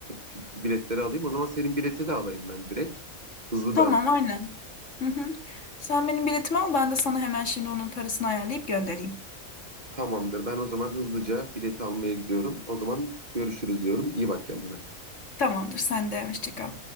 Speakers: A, on the right; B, on the left.
A: t- biletleri alayım. O zaman senin bileti de alayım ben direkt. Hızlı
B: Tamam
A: davran.
B: aynen. Hı hı. Sen benim biletimi al ben de sana hemen şimdi onun parasını ayarlayıp göndereyim.
A: Tamamdır. Ben o zaman hızlıca bileti almaya gidiyorum. O zaman görüşürüz diyorum. İyi bak kendine.
B: Tamamdır sen de hoşça kal.